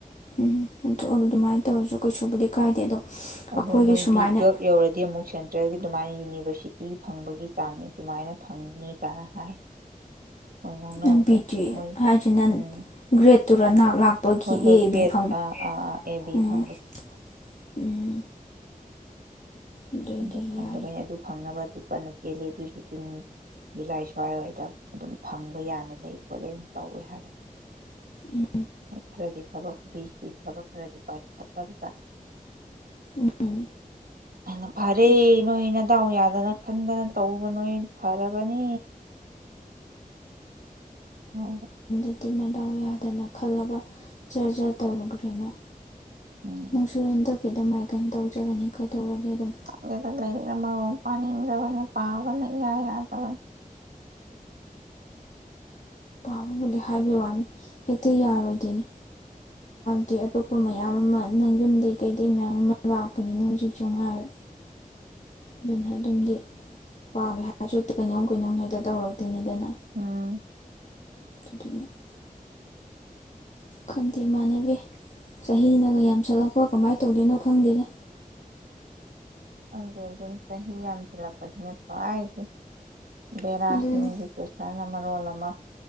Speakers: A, on the left (about 55°); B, on the right (about 80°).
A: ꯎꯝ ꯊꯣꯛꯑꯕ ꯑꯗꯨꯃꯥꯏꯅ ꯇꯧꯔꯁꯨ ꯀꯩꯁꯨꯕꯨꯗꯤ ꯀꯥꯏꯗꯦ ꯑꯗꯣ
B: ꯑꯗꯨ
A: ꯑꯩꯈꯣꯏꯒꯤ
B: ꯃꯣꯏ
A: ꯁꯨꯃꯥꯏꯅ
B: ꯕꯤ ꯇꯨꯋꯦꯜꯞ ꯌꯧꯔꯗꯤ ꯑꯃꯨꯛ ꯁꯦꯟꯇ꯭ꯔꯦꯜꯒꯤ ꯗꯨꯃꯥꯏꯅ ꯌꯨꯅꯤꯚꯔꯁꯤ ꯇꯤ ꯐꯪꯕꯒꯤ ꯆꯥꯡꯅꯤ ꯗꯨꯃꯥꯏꯅ ꯐꯪꯅꯤ ꯀꯥꯏꯅ ꯍꯥꯏ ꯃꯣꯏ ꯉꯥꯡꯅꯕꯗ
A: ꯑ ꯕꯤ ꯇꯤ
B: ꯃꯣꯏ
A: ꯍꯥꯏꯁꯤꯅꯟ
B: ꯎꯝ
A: ꯒ꯭ꯔꯦꯠ ꯇꯨꯔꯥ ꯅꯥꯛ ꯂꯥꯛꯄꯒꯤ
B: ꯍꯣꯏ ꯍꯣꯏ
A: ꯑꯦ
B: ꯒ꯭ꯔꯦꯠ
A: ꯕꯤ ꯐꯪꯉ
B: ꯑꯥ
A: ꯒ꯭ꯔꯦꯠ
B: ꯑꯥ
A: ꯑꯥ ꯑꯥ ꯑꯦ
B: ꯐꯪꯕꯗꯣ
A: ꯕꯤ ꯐꯪ ꯎꯝ ꯑꯗꯨꯗꯤ
B: ꯑꯗꫭ ꯐꯪꯗꯕꯩꯅꯤ
A: ꯌꯥꯏ
B: ꯑꯗꯨ ꯐꯪꯅꯕ ꯑꯗꯨ ꯀꯟꯅ ꯆꯦꯜꯂꯤ ꯑꯗꯨꯁꯨ ꯖꯨꯟ ꯖꯨꯂꯥꯏ ꯁ꯭ꯋꯥꯏ ꯋꯥꯏꯗ ꯑꯗꯨꯝ ꯐꯪꯕ ꯌꯥꯅ ꯂꯩ ꯈꯣꯠꯂꯦ ꯑꯅ ꯇꯧꯋꯦ ꯈꫭꯠꯂꯦꯅ ꯇꯧꯋꯦ ꯍꯥꯏꯕꯅꯤ
A: ꯎꯝ
B: ꯍꫭꯏ ꯐꯔꯗꯤ ꯊꯕꯛ ꯕꯤ ꯁꯤ ꯊꯕꯛ ꯈꯔꯗꯤ ꯄꯥꯏꯈꯠꯂꯕ ꯆꯥ
A: ꯎꯝ
B: ꯑꯅ ꯐꯔꯦ
A: ꯑꯁ
B: ꯅꯣꯏꯅꯤ ꯅꯗꯥꯎ ꯌꯥꯗꯅ ꯈꯟꯗꯅ ꯇꯧꯕ ꯅꯣꯏ ꯐꯔꯕꯅꯤ ꯑꯣ
A: ꯗꯤ ꯃꯗꯥꯎ ꯌꯥꯗꯅ ꯈꯜꯂꯒ ꯖꯔꯖꯔ ꯇꯧꯔꯒ꯭ꯔꯦꯃꯥ
B: ꯎꯝ
A: ꯅꯨꯡꯁꯨ ꯍꯟꯗꯛ ꯈꯤꯇ ꯍꯥꯏ ꯀꯩꯅꯅ ꯇꯧꯖꯔꯅꯤ ꯀꯩꯗꯧꯔꯒꯦ ꯑꯗꯨꯝ
B: ꯈꯒꯦꯗ ꯂꯥꯏꯔꯤꯛꯅ ꯃꯔꯣ ꯃꯄꯥꯥꯡ ꯏꯗꯕꯅꯤ ꯄꯥꯕꯅ ꯏꯌꯥ ꯌꯥꯗꯕꯅꯤ
A: ꯑꯗꯨꯕꯨꯗꯤ ꯍꯥꯏꯕ ꯋꯥꯅꯤ ꯍꯦꯛꯇ ꯌꯥꯔꯣꯏꯗꯣꯏꯅꯤ ꯗꯤ ꯑꯇꯣꯞꯄ ꯃꯌꯥꯝ ꯑꯃ ꯑꯗꯨ ꯅꯪ ꯌꯨꯝꯗꯒꯤ ꯀꯩꯗꯩ ꯃꯌꯥꯝ ꯑꯃ ꯂꯥꯛꯄꯅꯤꯅ ꯍꯧꯖꯤꯛ ꯆꯖꯣꯡꯒꯥꯔ ꯑꯗꯨꯅ ꯑꯗꯨꯝꯗꯤ ꯄꯥꯒꯦ ꯍꯥꯏꯁꯨꯛꯇꯤ ꯀꯩꯅꯣꯝ ꯀꯩꯅꯣꯝ ꯍꯦꯛꯇ ꯇꯧꯔꯛꯇꯣꯏꯅꯤꯗꯅ
B: ꯑꯝ
A: ꯑꯗꯨꯗꯨꯅ ꯈꯪꯗꯦ ꯏꯃꯥꯟꯅꯕꯤ ꯆꯍꯤꯅꯒ ꯌꯥꯝꯁꯜꯂꯛꯄ ꯀꯃꯥꯏꯅ ꯇꯧꯗꯣꯏꯅꯣ ꯈꯪꯗꯦꯅ
B: ꯍꯧꯪꯗꯦ ꯑꯗꯨꯝ ꯆꯍꯤ ꯌꯥꯝꯁꯤꯜꯂꯛꯄꯁꯤꯅꯦꯀꯣ ꯑꯩꯒꯤ ꯗꯦꯔ
A: ꯑꯗꯨꯅꯤ
B: ꯌꯖꯤ ꯄꯦꯁꯔ ꯔꯣ ꯂꯃ